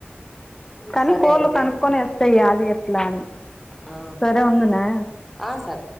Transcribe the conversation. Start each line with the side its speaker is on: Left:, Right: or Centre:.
Left: కానీ
Centre: సరే
Left: కోళ్లు
Centre: అయితే
Left: కనుక్కొని వస్తాయి అది ఎట్ల అని
Centre: ఆ
Left: సరే ఉండనా
Centre: ఆ సరే